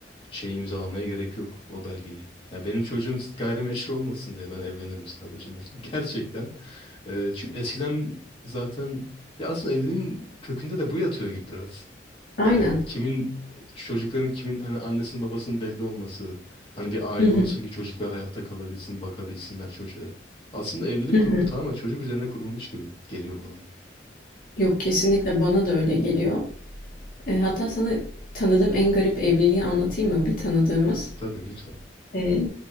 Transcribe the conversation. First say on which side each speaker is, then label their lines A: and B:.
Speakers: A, on the left (about 30°); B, on the left (about 50°).
A: şeyi imzalamaya gerek yok o belgeyi. Ya benim çocuğum gayrimeşru olmasın diye ben evlenirim sadece mesela. <laughs> Gerçekten. Ee, çünkü eskiden zaten ya aslında evliliğin kökünde de bu yatıyor gibi biraz.
B: Aynen.
A: Hani kimin çocukların kimin hani annesinin babasının belli olması. Hani bir aile
B: Hı hı.
A: olsun ki çocuklar hayatta kalabilsin, bakabilsinler çocuğa. Aslında evlilik
B: Hı hı.
A: kurumu tamamen çocuk üzerine kurulmuş gibi geliyor bana.
B: Yok kesinlikle bana da öyle geliyor. E, hatta sana tanıdığım en garip evliliği anlatayım mı? Bir tanıdığımız.
A: Tabii lütfen.
B: E,